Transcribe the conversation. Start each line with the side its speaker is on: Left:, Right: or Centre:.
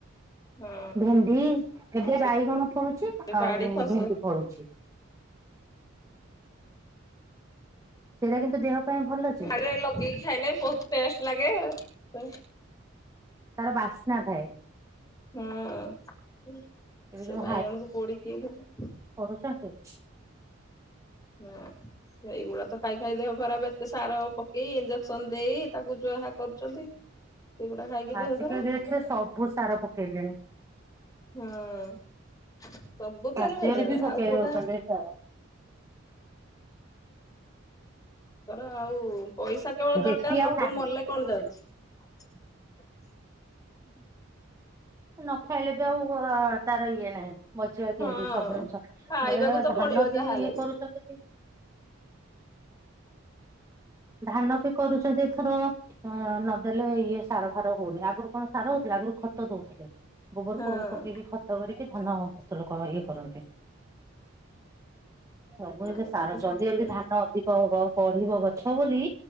Left: ହଁ
Right: ଭେଣ୍ଡି ଏବେ
Left: ସେ
Right: ବାଇଗଣ ଫଳୁଚି
Left: ବାଡି
Right: ଆଉ
Left: ଫସ
Right: ଭେଣ୍ଡି ଫଳୁଚି। ସେଇଟା କିନ୍ତୁ ଦେହ ପାଇଁ ଭଲ ଯେ
Left: ଆ ଲଗେଇକି ଖାଇଲେ ବହୁତ ଟେଷ୍ଟ ଲାଗେ। <inaudible>
Right: ତାର ବାସ୍ନା ଥାଏ।
Left: ହୁଁ
Right: ଏବେ
Left: ସେ
Right: ଯୋଉ
Left: ବାଇଗଣକୁ ପୋଡିକିଥିଲି।
Right: ଆଚା <unintelligible>
Left: ନା ଏଇଗୁଡା ତ ଖାଇ ଖାଇ ଦେହ ଖରାପ ଏତେ ସାର ପକେଇ ଇଞ୍ଜେକସନ ଦେଇ ତାକୁ ଯୋହା କରୁଛନ୍ତି। ସେଗୁଡା ଖାଇକି
Right: ଆସିକି
Left: ଦେହ ଖରାପ
Right: ଯରେ ସବୁ ସାର ପକେଇଲେଣି।
Left: ହଁ। ସବୁଥିରେ
Right: ଆଦ
Left: ଭେଜାଲ
Right: ଓରେ ବି ଫୋକେ
Left: ଆଉ କୋଉଟା
Right: ରଚଛନ୍ତି ସାର।
Left: ତର ଆଉ। ପଇସା କେବଳ ଦରକାର
Right: ଦେଶୀ
Left: ଲୋକ
Right: ଆଉ ନାହିଁ।
Left: ମରଲେ କଣ ଯାଉଛି। <inaudible>
Right: ନ ଖାଇଲେ ବି ଆଉ ତାର ଇଏ ନାହିଁ। ମଜଆ କେତି
Left: ହଁ।
Right: ସବୁ ଜିନିଷ
Left: ଖାଇବାକୁ
Right: ଦେ
Left: ତ
Right: ଧାନ
Left: ପଡିବ
Right: ବି
Left: ଯାହାହେଲେ
Right: ଇଏ କରୁଛନ୍ତି କି। ଧାନ ବି କରୁଛନ୍ତି ଏଥର ନଦେଲେ ଇଏ ସାର ଫାର ହଉନି ଆଗରୁ। କଣ ସାରା ହଉଥିଲା ଆଗରୁ ଖତ ଦଉଥିଲେ। ଗୋବର
Left: ହଁ
Right: କୋବର ପକେଇକି ଖତ କରିକି। ନାସ୍ତ ଲୋକ ଇଏ କରନ୍ତି। ସବୁ
Left: ଖାଇବା
Right: ଏବେ ସାର
Left: ତ ସବୁ
Right: ଜଲ୍ଦି ଜଲ୍ଦି ଧାନ ଅଧିକ ହବ ବଢିବ। ହ ବୋଲି